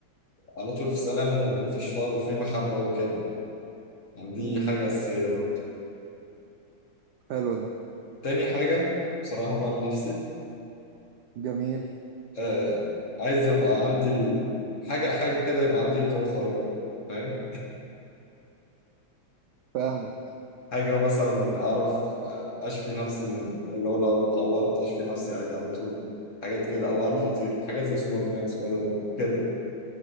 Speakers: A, on the left; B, on the right.
A: على طول في سلام ومفيش فقر وفيه محبة وكده يعني دي
B: امم
A: حاجة أساسية برضه
B: حلو ده
A: تاني حاجة بصراحة بقى لنفسي
B: جميل
A: آه عايز يبقى عندي ال- حاجة حاجة كده يبقى عندي قوة خارقة فاهم
B: فاهمك
A: حاجة مثلا أعرف أشفي نفسي من اللي هو لو اتعورت أشفي نفسي عادي على طول حاجات كده أو أعرف
B: امم
A: أطير حاجات زي سوبرمان سبايدر مان كده